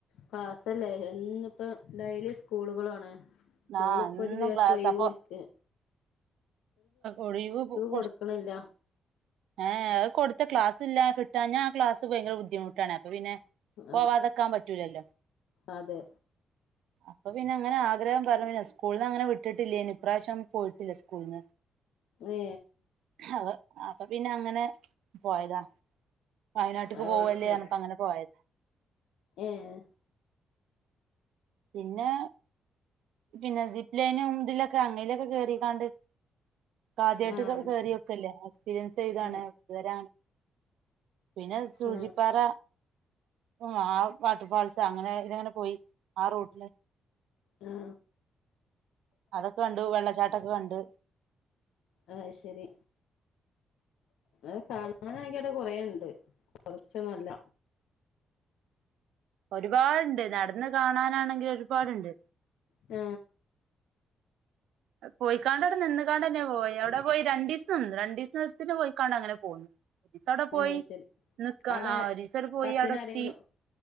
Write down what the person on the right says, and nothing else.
ആഹ്
എന്നും
ക്ലാസ്
അപ്പൊ ഒഴിവ് കൊ
ഏ അത് കൊടുത്ത ക്ലാസ്ല്ല്ലാ കി ഞാ ആ ക്ലാസ് ഭയര ബുദ്ധിമുട്ടാണ് അപ്പ പിന്നെ
പോവാതെക്കാൻ പ റ്റൂലല്ലോ
അപ്പൊ പിന്നെ അങ്ങനെ ആഗ്രഹം പറഞ്ഞ സ്കൂളി അതങ്ങനെ വിട്ടിട്ടില്ലേനി ഇപ്രാവശ്യം പോയിട്ടില്ല സ്കൂള്ന്ന്
അ അപ്പൊ പിന്നെ അങ്ങനെ പോയതാ വയനാട്ട്ക്ക്
പോവല്ലേർന്നപ്പ
അങ്ങനെ പോയത
പിന്നെ പിന്നെ സിപ്ലൈനും ഇ തിലൊക്കെ അങ്ങേലൊക്കെ കേറിക്കാണ്ട് ആദ്യായിട്ട്
കേറിയോക്കല്ലേ എക്സ്പീരിയൻസ് ചെയ്താണ്
ഇതുവരാണ് പിന്നെ സൂചിപ്പാറ
ആ ആ വാട്ടർ ഫാൾസ് അങ്ങനെ ഇതി ലങ്ങനെ പോയി ആ റോട്ടില
അതൊക്കെ കണ്ടു വെള്ളച്ചാട്ടൊക്കെ കണ്ട്
ഒരുപാട്ണ്ട് നട്ന്ന് കാണാനാണെങ്കിൽ ഒരുപാട്ണ്ട്
പോയിക്കാണ്ട് അടെ നിന്നുകാണ്ട ന്നെപോയി അവിടെ പോയി രണ്ടീസം നിന്നു രണ്ടീസ്ത്തിന് പോയിക്കാണ്ടങ്ങനെ പോന്ന് ഒരീസവ്ടെ പോയി
നിക്കാ
ആ ഒരീസവ് ടെ പോയി
അവിടെത്തി